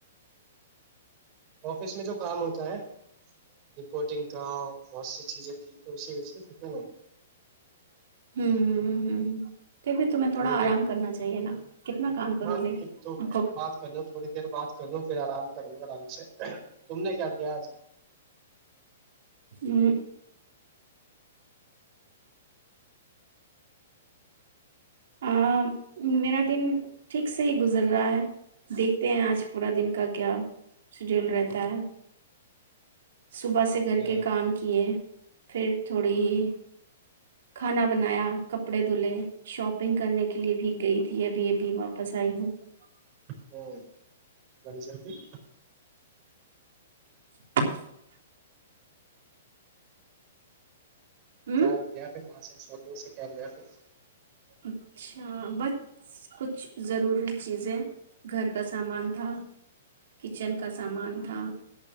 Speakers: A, on the right; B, on the right.
A: آفس میں جو کام ہوتا ہے رپورٹنگ کا بہت سی چیزیں تھی اسی و
B: ہوں ہ ہ <unintelligible> پھر بھی تمہیں تھوڑا
A: تھوڑی دیر
B: آرام کرنا چاہیے نا کتنا کام کرو
A: ہاں
B: گے
A: تو
B: آ کو
A: بات کر لو تھوڑی دیر بات کر لو پھر آرام کروں آرام سے تم نے کیا کیا آج
B: ہوں <unintelligible> آ، میرا دن ٹھیک سے ہی گزر رہا ہے دیکھتے ہیں آج پورا دن کا کیا شیڈیول رہتا ہے صبح سے
A: اچھا،
B: گھر کے کام کیے پھر تھوڑی ہی کھانا بنایا کپڑے دھلہے شاپ شاپنگ کرنے کے لیے بھی گئی تھی ابھی ابھی واپ پس آئی ہوں <unintelligible>
A: ہوں بلی ج بھی <unintelligible>
B: <inaudible> ہوں
A: کیا کر وہاںس ہے <unintelligible> اورٹ سے کیا گیا پھر <unintelligible>
B: اچھا بس کچھ ضروری چیزیں گھر کا سامان تھا کچن کا سامان تھا